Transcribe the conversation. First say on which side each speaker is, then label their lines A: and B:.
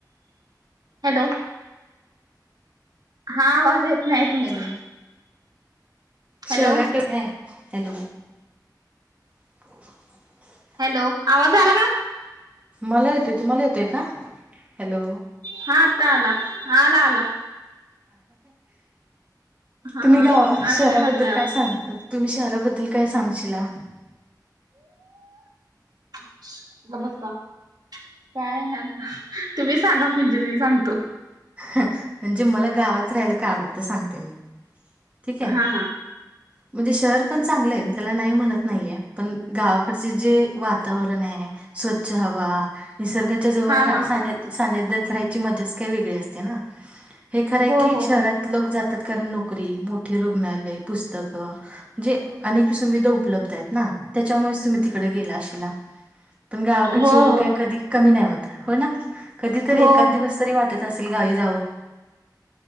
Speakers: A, on the right; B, on the right.
A: हॅलो! हां आवाज येत नाहीये तुमचा.
B: हॅलो
A: हॅलो
B: शहराकडे काय? हॅलो! <inaudible>
A: हॅलो! आवाज आला का?
B: मला येतोय तुम्हाला येतोय का? हॅलो!
A: हां आत्ता आला, हां आला आला. हा
B: तुम्ही
A: हा
B: गाव शहराबद्दल
A: अडकाय लागला आवाज
B: काय सांग तुम्ही शहराबद्दल काय सांगशीला?
A: तु गप्प बस गं! काय आहे आता तुम्ही सांगा म्हणजे मी सांगतो.
B: म्हणजे मला गावात राहायला का आवडते सांगते मी. ठीक आहे!
A: हा हा
B: <inaudible> म्हणजे शहर पण चांगलं आहे मी त्याला नाही म्हणत नाहीये पण गावाकडचे जे वातावरण आहे. स्वच्छ हवा. निसर्गाच्या जवळ
A: हा हा
B: साने
A: हा
B: सानिध्यात राहायची मजाच काही वेगळी असते. हे खर
A: हो
B: की
A: हो
B: शहरात
A: हो
B: लोक जातात कारण नोकरी, मोठी रुग्णालय पुस्तकं. जे अनेक सुविधा उपलब्ध आहेत ना त्याच्यामुळेच तुम्ही तिकडे गेला अशिला. पण गावाकडची
A: हो
B: ओढ
A: हो
B: कधी कमी नाही होत हो ना. कधी तरी
A: हो
B: एकाच दिवस तरी वाटत अस गावी जावं.